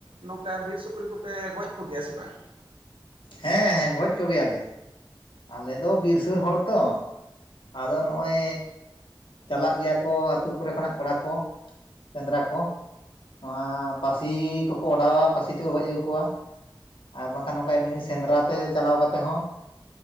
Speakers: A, on the right; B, on the left.
A: ᱱᱚᱝᱠᱟ ᱵᱤᱨ ᱥᱩᱠᱨᱤ ᱠᱚᱯᱮ ᱜᱚᱡ ᱠᱚᱜᱮᱭᱟ ᱥᱮ ᱵᱟᱝ
B: ᱦᱮᱸ ᱦᱮᱸ ᱜᱚᱡ ᱠᱚᱜᱮᱭᱟᱞᱮ ᱟᱞᱮ ᱫᱚ ᱵᱤᱨ ᱥᱩᱨ ᱦᱚᱲ ᱛᱚ ᱟᱫᱚ ᱱᱚᱜᱼᱚᱭ ᱪᱟᱞᱟᱜ ᱜᱮᱭᱟ ᱠᱚ ᱟᱛᱩ ᱠᱚᱨᱮ ᱠᱷᱚᱱᱟᱜ ᱠᱚᱲᱟ ᱠᱚ ᱥᱮᱸᱫᱽᱨᱟ ᱠᱚ ᱱᱚᱣᱟ ᱯᱟᱹᱥᱤ ᱠᱚᱠᱚ ᱚᱰᱟᱣᱟ ᱯᱟᱹᱥᱤ ᱛᱮᱠᱚ ᱜᱚᱡ ᱟᱹᱜᱩ ᱠᱚᱣᱟ ᱟᱨ ᱵᱟᱝ ᱠᱷᱟᱱ ᱱᱚᱝᱠᱟ ᱮᱢᱱᱤ ᱥᱮᱸᱫᱽᱨᱟ ᱛᱮ ᱪᱟᱞᱟᱣ ᱠᱟᱛᱮ ᱦᱚᱸ